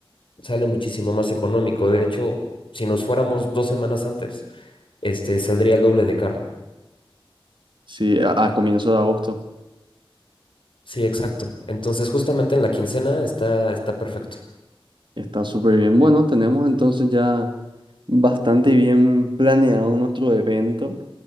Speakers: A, on the left (about 60°); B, on the right (about 55°).
A: sale muchísimo más económico. De hecho, si nos fuéramos dos semanas antes, este, saldría el doble de caro.
B: Sí, a, a comienzo de agosto.
A: Sí, exacto. Entonces, justamente en la quincena está, está perfecto.
B: Está súper bien. Bueno, tenemos entonces ya bastante bien planeado nuestro evento.